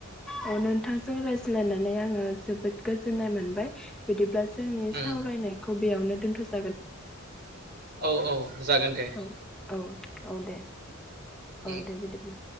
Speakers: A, in the centre; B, on the right.
A: औ नोंथांजों रायज्लायनानै आङो जोबोद गोजोन्नाय मोनबाय बिदिब्ला जोंनि
B: उम
A: सावरायनायखौ बेयावनो दोनथसै
B: औ औ जागोन। दे
A: औ औ औ दे
B: उम
A: औ दे बिदिब्ला।